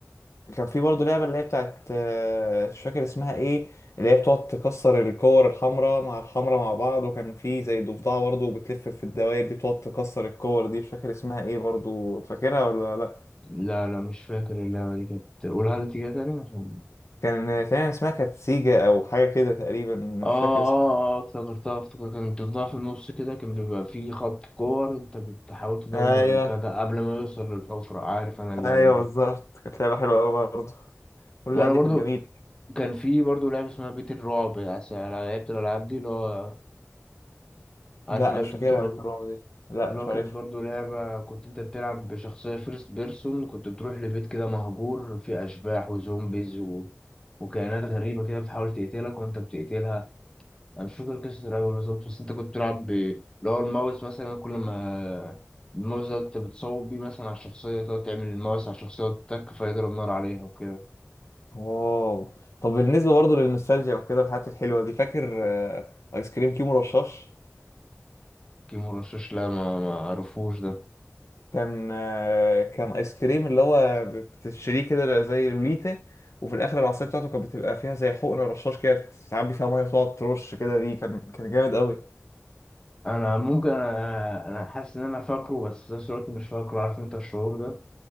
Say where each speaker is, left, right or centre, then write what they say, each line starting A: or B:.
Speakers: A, on the left; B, on the left.
A: كان في برضه لعبة اللي هي بتاعت آه، مش فاكر اسمها ايه اللي هي بتقعد تكسر الكور الحمراء مع الحمراء مع بعض وكان في زي ضفدعة برضه بتلف في الدوائر دي بتقعد تكسر الكور دي مش فاكر اسمها ايه برضه فاكرها ولا لا
B: لا لا مش فاكر اللعبة دي كانت قولها لي تاني تاني عشان
A: كان آه، تقريبا اسمها كانت سيجا او حاجة كده تقريبا مش
B: اه اه
A: فاكر اسمها
B: اه افتكرتها افتكرت كانت بتفضل في النص كده كان بيبقى في خط كور انت بتحاول تدمر
A: ايوه
B: البتاع ده قبل ما يوصل للحفرة عارف انا اللعبة
A: ايوه
B: دي
A: بالظبط كانت لعبة حلوة قوي برضه كل
B: وانا
A: اللعب دي
B: برضو
A: كانت جميلة
B: كان في برضه لعبة اسمها بيت الرعب عس- أنا لعبت الألعاب دي اللي هو عارف
A: لا
B: لعبة
A: مش فاكرها
B: بيت الرعب
A: بيت الرعب دي لا
B: اللي
A: مش
B: هو كانت
A: عارفها
B: برضه لعبة كنت أنت بتلعب بشخصية فيرست بيرسون كنت بتروح لبيت كده مهجور فيه أشباح وزومبيز و... وكائنات غريبة كده بتحاول تقتلك وأنت بتقتلها أنا مش فاكر قصة اللعبة بالظبط بس أنت كنت بتلعب ب... اللي هو الماوس مثلا كل ما الماوس ده أنت بتصوب بيه مثلا على الشخصية تقعد تعمل الماوس على الشخصية وتتك فيضرب نار عليها وكده
A: واو طب بالنسبة برضه للنوستالجيا وكده والحاجات الحلوة دي فاكر آه، ايس كريم كيمو رشاش
B: كيمو رشاش لا ما ما عرفوش ده
A: كان آه، كان ايس كريم اللي هو بتشتريه كده زي لوليتا وفي الاخر العصايه بتاعته كانت بتبقى فيها زي حقن رشاش كده بتعبي فيها ميه وتقعد ترش كده بيه كان كان جامد قوي
B: انا ممكن انا انا حاسس ان انا فاكره بس في نفس الوقت مش فاكره عارف انت الشعور ده